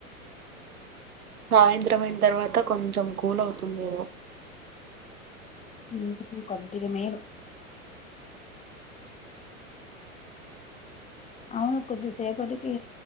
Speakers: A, on the right; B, on the left.
A: <inaudible> సాయంత్రం అయిన తర్వాత కొంచెం కూల్ అవుతుందేమో
B: హూమ్ కొద్దిగ మేలు అవును కొద్దిసేపటికి